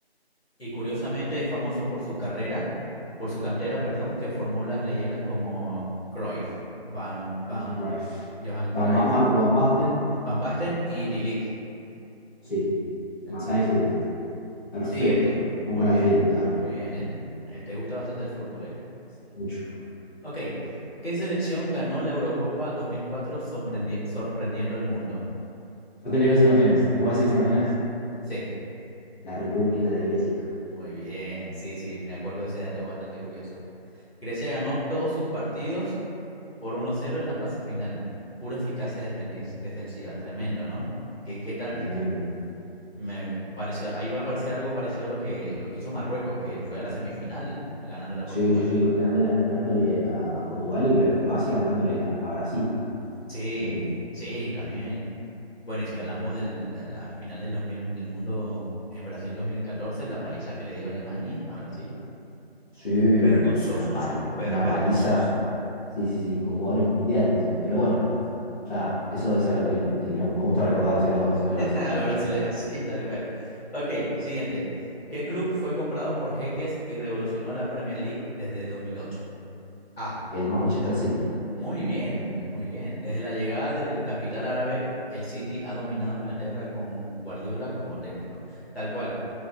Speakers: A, on the left; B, on the left.
A: y curiosamente es famoso por su carrera, por su cantera, perdón, que formó las leyendas como Cruyff, Van, Van,
B: Johan Greif.
A: Johan Cruyff,
B: Van Ba- Marco Van Basten,
A: Van Basten y De Ligt.
B: sí.
A: Excelente.
B: Matthijs de Ligt. Perfecto.
A: Siguiente. Muy
B: Vamos a la
A: bien,
B: siguiente, a ver.
A: muy bien, ¿eh? Eh, Te gusta bastante el fútbol, ¿eh?
B: Sí, mucho.
A: Ok. ¿Qué selección ganó la Eurocopa 2004 sorprendi- sorprendiendo al mundo?
B: Yo te lo digo sin opciones. ¿Te lo puedo decir sin opciones?
A: Sí,
B: La República de Grecia.
A: muy bien. Sí, sí, me acuerdo de ese dato bastante curioso. Grecia ganó todos sus partidos por 1-0 en la fase final. Pura eficacia defendis- defensiva, tremendo, ¿no? ¿Qué, qué táctica?
B: Tremendo.
A: Me pareció, ahí va a parecer algo parecido a lo que, lo que hizo Marruecos, que fue a la semifinal ganándole a
B: Sí,
A: Portugal.
B: sí, sí. Ganándole, ganándole a Portugal y lo de Croacia ganándole a, a Brasil
A: Sí,
B: también.
A: sí, también. Bueno, y si hablamos de la, la final del 2000 del mundo en Brasil 2014 la paliza que le dio Alemania a Brasil,
B: Sí, una
A: vergonzoso,
B: pali-
A: súper
B: una paliza.
A: vergonzoso.
B: Sí, sí, sí, con jugadores mundiales encima. Pero bueno, ya eso es algo que l- lo- me gusta recordárselos a los
A: <laughs>
B: brasileños
A: A los brasileros,
B: cada vez que jugamos.
A: <laughs> sí, tal cual. Ok, siguiente. ¿Qué club fue comprado por Jeques y revolucionó la Premier League desde el dos mil ocho ah
B: El Manchester City.
A: Muy bien, muy bien. Desde la llegada del capital árabe, el City ha dominado Inglaterra con Guardiola como técnico. Tal cual,